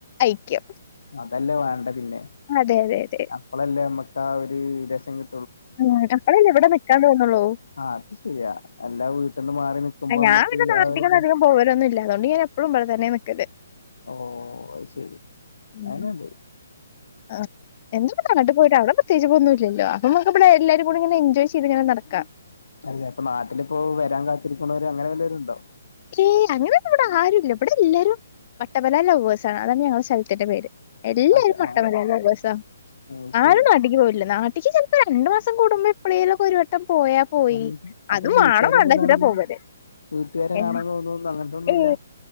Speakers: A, on the left; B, on the left.
A: ഐക്യം
B: അതല്ലേ വേണ്ടെ പിന്നെ
A: അതെ അതെ അതെ
B: അപ്പളല്ലേ നമ്മക്ക് ആ ഒരു രസം കി
A: ഉം അപ്പളല്ലേ ഇവിടെ നിക്കാൻ തോന്നുള്ളൂ
B: ആഹ് അത് ശരിയാ എല്ലാ വീട്ടിന്ന് മാറി നിക്കുമ്പോ നമ്മുക്ക്
A: ഞാൻ പിന്നെ നാട്ടിക്കൊന്നും
B: ആ ഒരു ബോ
A: അധികം പോവലൊന്നും ഇല്ല അതുകൊണ്ട് ഞാൻ എപ്പഴും ഇവിടെ തന്നെയാ നിക്കല്
B: ഓ അത് ശെരി
A: ഉം
B: <unintelligible>
A: ആഹ് എന്തൊക്കെ പറഞ്ഞിട്ട് പോയിട്ട് അവിടെ പ്ര ച്ച് ഒന്നുമില്ലല്ലോ അപ്പൊ നമ്മക്ക് ഇവിടെ എല്ലാരും കൂടി ഇങ്ങനെ എൻജോയ് ചെയ്ത് ഇങ്ങനെ നടക്കാം
B: അതെ അപ്പൊ നാട്ടില് ഇപ്പോ വരാൻ കാത്തിരിക്കുന്നവര് അങ്ങനെ വല്ലവരുണ്ടോ
A: ഏയ് അങ്ങനൊന്നും ഇവിടെ ആരുമില്ല ഇവിടെ എല്ലാരും വട്ടബല ലവേഴ്സാണ് അതാണ് ഞങ്ങടെ സ്ഥലത്തിന്റെ പേര് എല്ലാരും
B: അതെ
A: വട്ട
B: ആഹ്
A: ബല ലവേഴ്‌സ്
B: അത്
A: ആ
B: ശരി
A: ആരും നാട്ടിക്ക് പോവില്ല നാട്ടിക്ക് ചിലപ്പോ രണ്ടു മാസ സം കൂടുമ്പം എപ്പഴേലുമൊക്കെ ഒരു വട്ടം പോയാ പോയി
B: എന്ത് അപ്പൊ
A: അതും
B: വീട്ടുകാരൊന്നും
A: വേണം വേണ്ടാച്ചിട്ടാ
B: കാണില്ല
A: പോവല്
B: വീട്ടുകാരെ
A: ൻ
B: കാണാൻ തോന്നുന്നു അങ്ങനത്തൊന്നുല്ല
A: ഏ